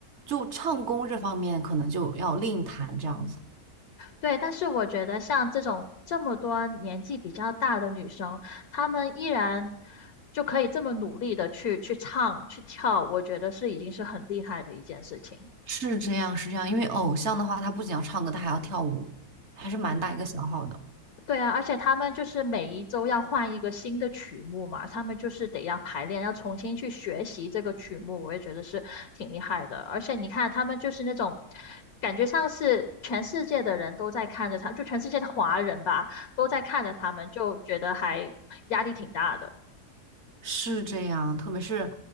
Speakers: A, on the right (about 50°); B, on the left (about 70°).
A: 就唱功这方面可能就要另谈这样子。
B: 对，但是我觉得像这种这么多年纪比较大的女生，她们依然就可以这么努力的去去唱去跳，我觉得是已经是很厉害的一件事情。
A: 是这样，是这样，因为偶像的话，他不仅要唱歌，他还要跳舞，还是蛮大一个消耗的。
B: 对啊，而且他们就是每一周要换一个新的曲目嘛，他们就是得要排练，要重新去学习这个曲目，我也觉得是挺厉害的。而且你看，他们就是那种感觉上是全世界的人都在看着他，就全世界的华人吧，都在看着他们，就觉得还压力挺大的。
A: 是这样，特别是，